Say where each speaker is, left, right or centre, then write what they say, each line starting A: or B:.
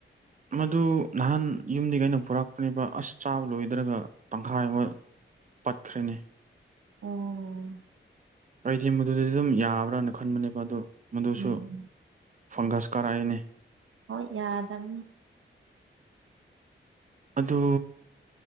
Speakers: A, on the right; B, on the right.
A: ꯃꯗꯨ ꯅꯍꯥꯟ ꯌꯨꯝꯗꯒꯤ ꯑꯩꯅ ꯄꯨꯔꯛꯄꯅꯦꯕ ꯑꯁ ꯆꯥꯕ ꯂꯣꯏꯗ꯭ꯔꯒ ꯇꯪꯈꯥꯏ ꯑꯃ ꯄꯠꯈ꯭ꯔꯦꯅꯦ
B: ꯑꯣ
A: ꯑꯩꯗꯤ ꯃꯗꯨꯗꯗꯨꯝ ꯌꯥꯕ꯭ꯔꯅ ꯈꯟꯕꯅꯦꯕ ꯑꯗꯣ ꯃꯗꯨꯁꯨ
B: ꯎꯝ
A: ꯐꯪꯒꯁ ꯀꯥꯔꯛꯑꯦꯅꯦ
B: ꯍꯣꯏ ꯌꯥꯗꯝꯅꯦ
A: ꯑꯗꯨ